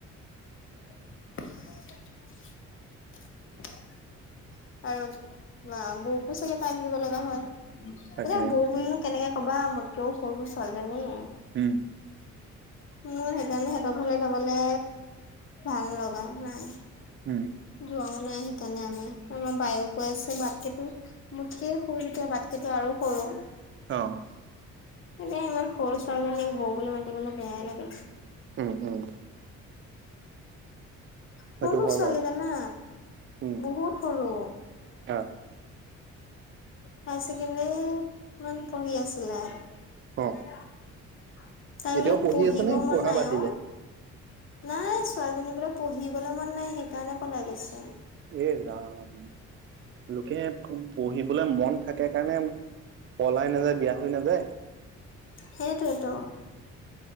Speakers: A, on the left; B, on the right.
A: <unintelligible> আৰু মা বৌকো চাগে টাইম দিব লগা হয় এতিয়া
B: তাকে
A: বৌ কোনো কেনেকে কবা মোতকেও সৰু ছোৱালীজনী।
B: উম
A: উম সেইকাৰণে সিহঁতৰ ঘৰলে যাবলে ভাল লগা নাই।
B: উম,
A: যোৱাও নাই সেইকাৰণে আমি। আমাৰ বায়েও কৈ আছে বাটকেটো মোতকেই সৰু যেতিয়া বাটকেটো আৰু সৰু।
B: অ',
A: এনে ইমান সৰু ছোৱালী জনীক বৌ বুলি মাতিবলে বেয়াই লাগিল। <unintelligible>
B: উম, উম, সেইটো
A: সৰু
B: হয়
A: ছোৱালীজনা
B: বাৰু উম,
A: বহুত সৰু।
B: অ',
A: হাই ছেকেণ্ডাৰী মান পঢ়ি আছিলে। <unintelligible>
B: অ',
A: তাই
B: এতিয়াও
A: বোলে
B: পঢ়ি
A: পঢ়িব
B: আছে নে
A: মন
B: পঢ়া
A: নাই
B: বাদ দিলে।
A: অ নাই ছোৱালীজনী বোলে পঢ়িবলে মন নাই সেইকাৰণে পলাই গৈছে।
B: এই ৰাম লুকেহে- পঢ়িবলে মন থাকে কাৰণে পলাই নাযায় বিয়া হৈ নাযায়।
A: সেইটোয়েটো